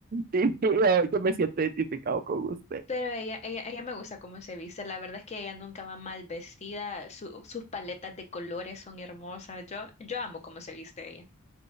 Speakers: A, on the right; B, on the left.
A: y yo, yo me siento identificado con usted.
B: Pero ella, ella, ella me gusta cómo se viste. La verdad es que ella nunca va mal vestida. Su- sus paletas de colores son hermosas. Yo, yo amo cómo se viste ella.